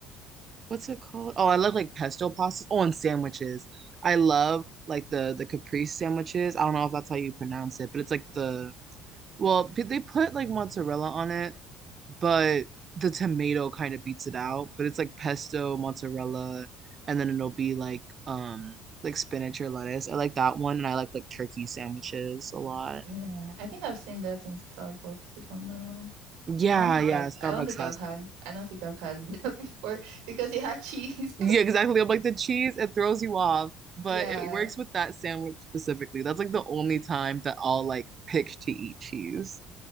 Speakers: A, on the right; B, on the right.
A: what's it called? Oh, I love like pesto pastas. Oh, and sandwiches. I love like the the caprese sandwiches. I don't know if that's how you pronounce it, but it's like the well, p- they put like mozzarella on it but the tomato kind of beats it out. But it's like pesto, mozzarella, and then it'll be like um like spinach or lettuce. I like that one, and I like like turkey sandwiches a lot.
B: Yeah, I think I've seen that in Starbucks, if I'm not wrong.
A: Yeah,
B: I don't think
A: yeah,
B: I've,
A: Starbucks
B: I don't think
A: has
B: I've had,
A: that.
B: I don't think I've had <laughs> that before because it had cheese.
A: Yeah, exactly. I'm like the cheese, it throws you off, but
B: <laughs> Yeah.
A: it works with that sandwich specifically. That's like the only time that I'll like pick to eat cheese,